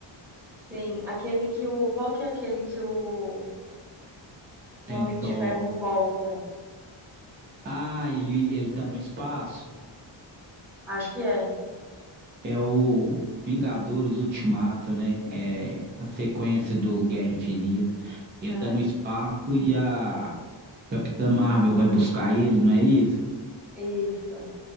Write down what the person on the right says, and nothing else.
tem
o
Thor.
Ah, ele, ele tá no espaço?
É o Vingadores Ultimato, né? É a sequência do Guerra Infinita. Ele
tá no espaço e a Capitã Marvel vai buscar ele, não é isso?